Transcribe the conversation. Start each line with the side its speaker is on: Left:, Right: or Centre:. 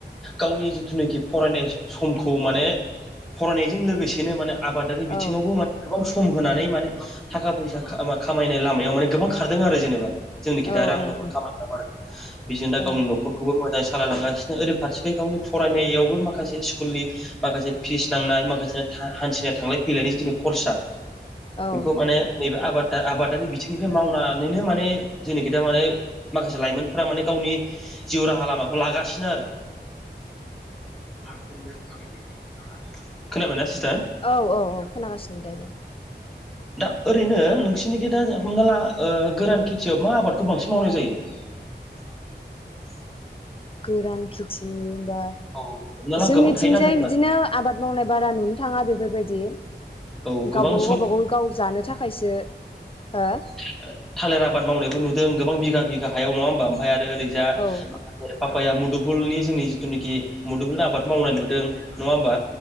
Centre: गावनि जिथुनिखि फरायनाय समखौ माने फरायनायजों लोगोसेनो माने आबादारि बिथिङावबो
Left: औ
Centre: माने गोबां सम होनानै माने थाखा फैसा खामा खामायनाय लामायाव माने गोबां खारदों आरो जेनेबा। जोंनिखि दा
Left: औ
Centre: रां
Left: औ
Centre: रुफा खामाय नांगौ आरो बिजोंनो दा
Left: औ
Centre: गावनि न'खरखौबो मोजाय सालायलांगासिनो ओरै फारसेखै गावनि फरायनायावबो माखासे स्कुलनि माखासे फिस नांनाय माखासे हा-हा- हान्थिनाय थांलाय फैलायनि जिथु खरसा
Left: औ
Centre: बेखौ माने नैबे आबाद दा आबादारि बिथिंनिफ्राय मावनानैनो माने जोंनिखि दा माने माखासे लाइमोनफोरा माने गावनि जिउ राहा लामाखौ लागासिनो आरो।
Left: <unintelligible> <unintelligible>
Centre: <unintelligible> खोनाबाय ना सिस
Left: औ औ औ खोनागासिनो दे बुं?
Centre: दा ओरैनो नोंसिनिखि दा जो हमना ला ओ गोरान खेथियाव मा आबादखौ बांसिन मावनाय जायो?
Left: <inaudible>
Centre: अब सि
Left: गोरान खेथि होन बा
Centre: औ हमना ला
Left: जोंनिथिंजाय
Centre: गोबां थायोना जेनेबा
Left: बिदिनो आबाद मावनाय बारा नुनो थाङा बेफोरबायदि।
Centre: औ
Left: गावबा
Centre: गोबां
Left: गाव गावबागाव गाव जानो थाखायसो। हो
Centre: थो ओ थालेर आबाद मावनायबो नु जों गोबां बिघा बिघा हायाव नङा होमबा ओमफाय आरो ओरैजा
Left: औ
Centre: बेयो हाखर आफाया मुदुफुलनि जोंनि जिथुनिखि मुदुफुल आबाद मावनाय नुदों गैया नङा होमबा?